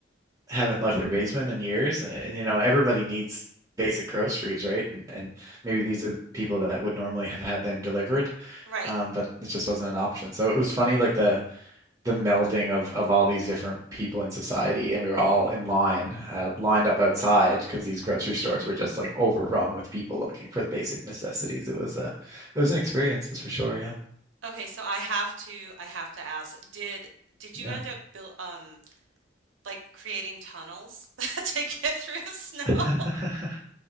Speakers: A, on the right; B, on the right.
A: haven't left their basement in years. And you know, everybody needs basic groceries, right? And and maybe these are people that would normally have had them delivered,
B: Right.
A: um, but it just wasn't an option. So it was funny, like the the melding of of all these different people in society, and we were all in line, uh, lined up outside because these grocery stores were just like overrun with people looking for the basic necessities. It was a it was an experience, that's for sure. Yeah.
B: Okay, so I have to I have to ask, did did
A: Yeah.
B: you end up build um like creating tunnels <laughs> to get through the snow?
A: <laughs>